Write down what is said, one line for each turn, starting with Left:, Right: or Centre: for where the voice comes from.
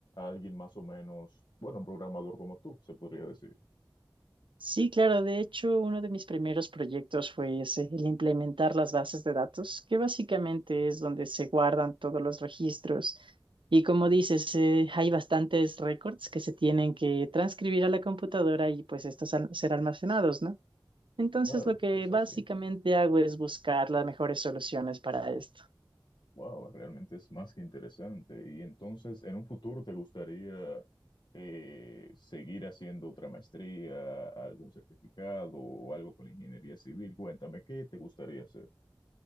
Left: alguien más o menos, bueno, un programador como tú, se podría decir.
Right: Sí, claro. De hecho, uno de mis primeros proyectos fue ese, el implementar las bases de datos, que básicamente es donde se guardan todos los registros. Y como dices, eh, hay bastantes récords que se tienen que transcribir a la computadora y pues estos al- ser almacenados, ¿no? Entonces,
Left: Claro,
Right: lo que
Left: es
Right: básicamente
Left: así.
Right: hago es buscar las mejores soluciones para esto.
Left: Wow, realmente es más que interesante. Y entonces, en un futuro, ¿te gustaría eh, seguir haciendo otra maestría, algún certificado o algo con ingeniería civil? Cuéntame, ¿qué te gustaría hacer?